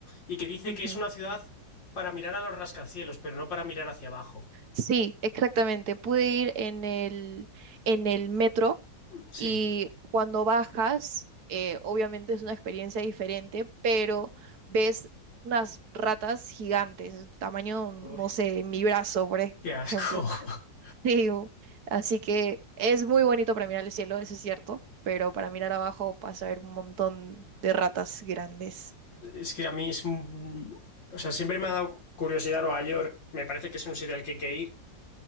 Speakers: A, on the left; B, on the right.
A: y que dice
B: Ujú.
A: que es una ciudad para mirar a los rascacielos, pero no para mirar hacia abajo.
B: Sí, exactamente. Pude ir en el, en el metro
A: Sí.
B: Y cuando bajas, eh, obviamente es una experiencia diferente, pero ves unas ratas gigantes, tamaño, no
A: Uy,
B: sé, mi brazo, por ej-
A: qué asco.
B: ejemplo. <laughs>
A: <laughs>
B: Sí, u- así que es muy bonito para mirar el cielo, eso es cierto, pero para mirar abajo vas a ver un montón de ratas grandes.
A: Es que a mí es... un- O sea, siempre me ha dado curiosidad Nueva York. Me parece que es un sitio al que hay que ir,